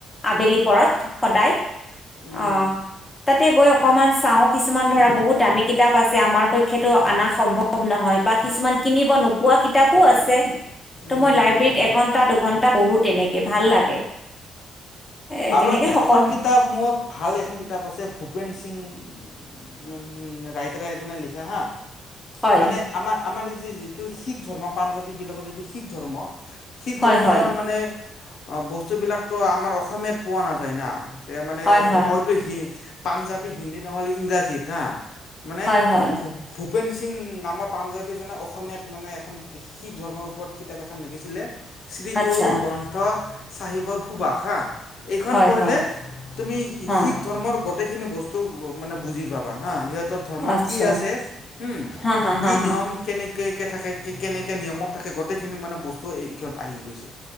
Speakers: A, on the left; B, on the left.
A: আবেলি পৰত সদায়
B: উম,
A: অহ। তাতে গৈ অকমান চাও, কিছুমান ধৰা বহুত দামী কিতাপ আছে, আমাৰ পক্ষো অনা সম্ভৱ নহয়। হয় বা কিছুমান কিনিব। পোৱা কিতাপো আছে
B: উম,
A: ত' মই
B: হুম,
A: লাইব্ৰেৰত
B: হুম, হুম।
A: এঘন্টা দুঘন্টা পঢ়ো তেনেকে ভাল লাগে। এ
B: আৰু
A: তেনেকে
B: এখন
A: সকল
B: কিতাপ মোৰ ভাল এখন কিতাপ আছে ভ ভপেন সিং উ - উ ৰাইতৰাজনে লিখা হা।
A: হয়,
B: মানে আমাৰ, আমাৰ এই যিটো শিখ ধৰ্ম পাঞ্জাবী বিলাকৰ যিটো শিখ ধৰ্ম। শিখ
A: হয়,
B: ধৰ্মৰ
A: হয়,
B: মানে বস্তু বিলাকতো আমাৰ অসমীয়াত পোৱা নাযায় না। তি মানে
A: হয়, হয়,
B: হয়তো হি পাঞ্জাৱী হিন্দী নহ'লে ইংৰাজীত হা মানে
A: হয়, হয়,
B: ভ ভূপেন সিং নামৰ পাঞ্জাবীজনে অসম। অসমীয়াত মানে এখন শিখ ধৰ্মৰ ওপৰত কিতাপ এখন লিখিছিলে শ্ৰী
A: আচ্ছা,
B: গুৰু গ্ৰন্থ।। চাহিবৰ সুভাষা এইখন
A: হয়,
B: পঢ়িলে
A: হয়,
B: তুমি
A: অ',
B: শিখ ধৰ্মৰ গোটেই। সেইখিনি বস্তু মানে বুজি পাবা হা সিহযে ধৰ্মত
A: আচ্ছা,
B: কি আছে হম
A: হা, হা, হা,
B: কি
A: হা,
B: নিয়ম কেনে কে - কে থাকে কেনেকৈ নিয়তাক গোটেইিনিানে বস্তু এই ক্ষত আহি গৈছে।